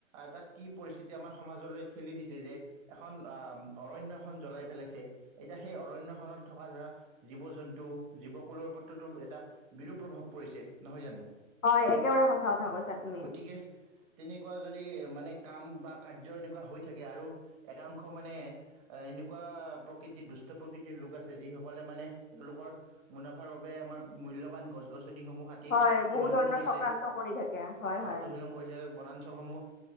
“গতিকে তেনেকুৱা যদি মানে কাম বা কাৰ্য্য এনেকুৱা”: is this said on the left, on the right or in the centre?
Right